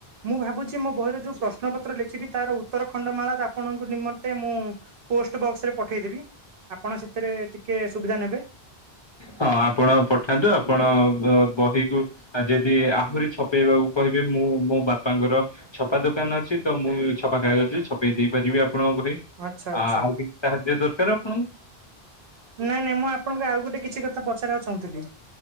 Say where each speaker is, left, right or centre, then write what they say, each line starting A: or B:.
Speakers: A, on the right; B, on the left.
A: ମୁଁ ଭାବୁଛି ମୋ ବହିର ଯୋଉ ପ୍ରଶ୍ନ ପ ପତ୍ରର ଲେଖିବି ତାର ଉତ୍ତର ଖଣ୍ଡ ମାଳା ରେ ଆପଣଙ୍କ ନିମନ୍ତେ ମୁଁ ପୋଷ୍ଟ ବକ୍ସ ରେ ପଠେଇଦେବି। ଆପଣ ସେଥିରେ ଟିକେ ସୁବିଧା ନେବେ।
B: ହଁ ଆପଣ ପଠାନ୍ତୁ ଆପଣ ବହିକୁ ଯଦି ଆହୁରି ଛପେଇବାକୁ କହିବେ ମୁଁ ମୋ ବାପାଙ୍କର ଛପା ଦୋକାନ ଅଛି ତ ମୁଁ ଛପା କାଗଜରେ ଛପେଇ ଦେଇପାରିବି। ଆପଣଙ୍କ ବହି
A: ଆଚ୍ଛା ଆଚ୍ଛା।
B: ଆଉ ଟିକେ ସାହାଯ୍ୟ ଦରକାର ଆପଣଙ୍କୁ।
A: ନାଇଁ ନାଇଁ ମୁଁ ଆପଣଙ୍କୁ ଆଉ ଗୋଟେ କିଛି କଥା ପଚାରିବାକୁ ଚାହୁଁଥିଲି।